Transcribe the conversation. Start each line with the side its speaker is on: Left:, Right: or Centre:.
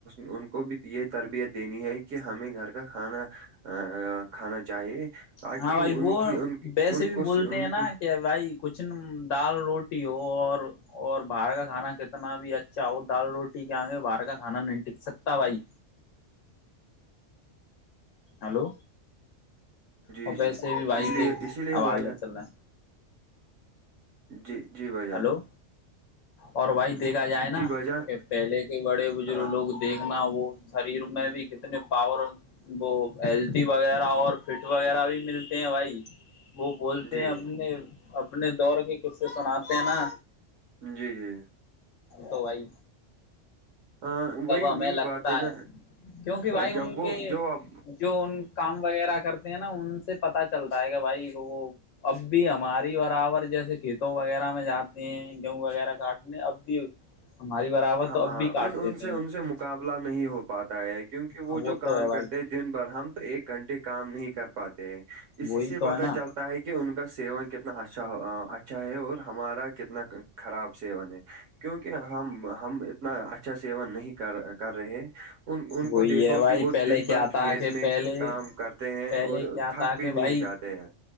Right: ان کو بھی یہ تربیت دینی ہے کہ ہمیں گھر کا کھانا کھانا چاہیے تاکہ
Left: ہاں بھائی
Right: ان
Left: وہ
Right: کی ان کی-
Left: ویسے
Right: ان
Left: بھی
Right: کو
Left: بولتے
Right: سے- ان
Left: ہیں نا
Right: کے
Left: کہ بھائی کچھ دال روٹی اور اور باہر کا کھانا کتنا بھی اچھا ہو دال روٹی کے آگے باہر کا کھانا نہیں ٹک سکتا بھائی
Right: <inaudible>
Left: ہلو
Right: جی
Left: اور
Right: جی
Left: ویسے بھی بھائی
Right: اس لیے
Left: دیکھ
Right: اسی لیے
Left: آواز
Right: بھائی
Left: چل رہا ہیں
Right: جی جی بھائی جان
Left: ہلو اور بھائی دیکھا جائے نا
Right: جی بھائی جان
Left: کہ پہلے کے بڑے بزرگ
Right: ہاں
Left: لوگ دیکھنا وہ شریر میں بھی کتنے پاور وہ ہیلدی وغیرہ اور فٹ وغیرہ بھی ملتے ہیں بھائی وہ بولتے
Right: جی
Left: ہیں
Right: جی
Left: اپنے اپنے دور کے قصے سناتے ہیں نا
Right: جی جی
Left: تو بھائی
Right: ہاں وہی
Left: تب ہمیں
Right: وہی
Left: لگتا
Right: بات ہے نا
Left: کیونکہ بھائی
Right: جب
Left: ان
Right: وہ
Left: کے
Right: جو اب
Left: جو ان کام وغیرہ کرتے نا ان سے پتا چلتا ہے کہ بھائی وہ اب بھی ہماری برابر جیسے کھی کھیتو وغیرہ میں جاتے ہیں گیہوں وغیرہ کاٹنے اب بھی ہماری برابر
Right: ہاں
Left: تو اب
Right: ہاں
Left: بھی کاٹتے
Right: ان ان
Left: تھے
Right: سے ان سے مقابلہ نہیں ہو پاتا ہے کیونکہ وہ
Left: ہاں
Right: جو کام
Left: تو ہے بھائی
Right: کرتے ہیں دن بھر ہم تو ایک گھنٹے کام نہیں کر پاتے ہیں اسی
Left: وہی
Right: سے پتا
Left: تو ہے نا
Right: چلتا تا ہے کہ ان کا سیون کتنا اچھا اچھا ہے اور ہمارا کتنا خراب سیون ہے کیونکہ ہم ہم اتنا اچھا سیوا نہیں کر کر رہے ان ان
Left: وہی
Right: کو دیکھو
Left: ہے بھائی
Right: کہ وہ
Left: پہلے
Right: دن
Left: کیا
Right: بھر کھیت
Left: تھا کہ
Right: میں
Left: پہلے
Right: کام کرتے ہیں
Left: پہلے
Right: اور
Left: کیا
Right: تھک
Left: تھا
Right: بھی
Left: کہ بھائی
Right: نہیں جاتے ہیں